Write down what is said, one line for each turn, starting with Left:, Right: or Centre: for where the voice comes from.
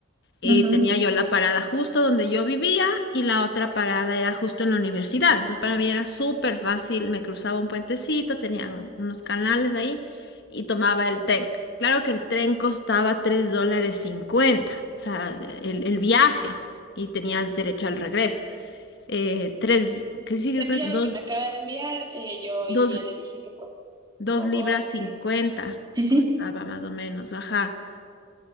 Left: eh,
Right: Ujú.
Left: tenía yo la parada justo donde yo vivía y la otra parada era justo en la universidad. Entonces para mí era súper fácil, me cruzaba un puentecito, tenían unos canales ahí y tomaba el tren. Claro que el tren costaba tres dólares cincuenta o sea, el, el viaje y tenías derecho al regreso. Eh, tres, que sí,
Right: Envía
Left: creo que dos,
Right: lo que me acaba de enviar. eh, yo
Left: dos,
Right: ya le dije que por
Left: dos
Right: favor,
Left: libras 50
Right: que... Sí, sí,
Left: costaba más o menos, ajá.